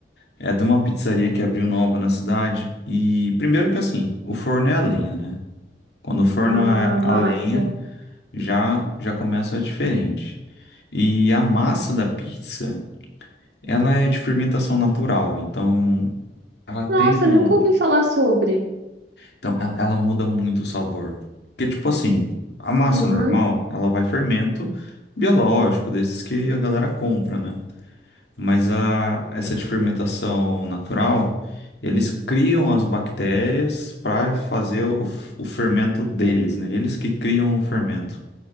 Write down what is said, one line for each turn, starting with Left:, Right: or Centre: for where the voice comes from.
Left: é de uma pizzaria que abriu nova na cidade e primeiro que assim, o forno é a lenha, né? Quando o forno
Right: ah,
Left: é
Right: massa.
Left: a lenha, já já começa diferente. E a massa da pizza Ela é de fermentação natural, então ela tem
Right: Nossa,
Left: um.
Right: nunca ouvi falar sobre.
Left: Então ela, ela muda muito o sabor. Porque, tipo assim, a massa
Right: Uhum,
Left: normal, ela vai fermento biológico, desses que a galera compra, né? Mas a, essa de fermentação natural, eles criam as bactérias para fazer o, o fermento deles, né? Eles que criam o fermento.